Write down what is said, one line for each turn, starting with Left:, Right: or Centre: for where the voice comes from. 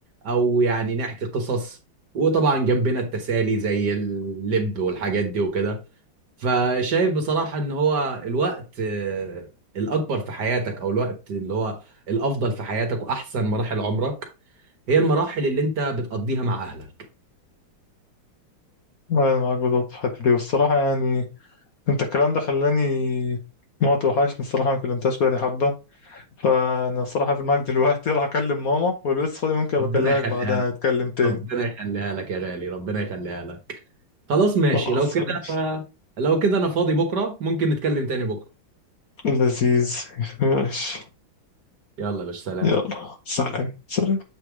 Right: أو يعني نحكي قصص وطبعا جنبنا التسالي زي اللب والحاجات دي وكده فشايف بصراحة إن هو الوقت آه، الأكبر في حياتك أو الوقت اللي هو الأفضل في حياتك وأحسن مراحل عمرك هي المراحل اللي أنت بتقضيها مع أهلك
Left: أنا معاك بالظبط في الحتة دي والصراحة يعني أنت الكلام ده خلاني موت وحشني الصراحة ما كلمتهاش بقالي حبة فأنا الصراحة في المعك دلوقتي <laughs> راح أكلم ماما ولو لسه فاضي ممكن
Right: ربنا
Left: بكلمك
Right: يخليها
Left: بعدها
Right: لك
Left: نتكلم تاني
Right: ربنا يخليها لك يا غالي ربنا يخليها لك خلاص ماشي
Left: خلاص
Right: لو كده
Left: ماشي.
Right: لو كده انا فاضي بكره ممكن نتكلم تاني بكره
Left: لذيذ ماشي
Right: يلا يا باشا سلام
Left: يلا سلام سلام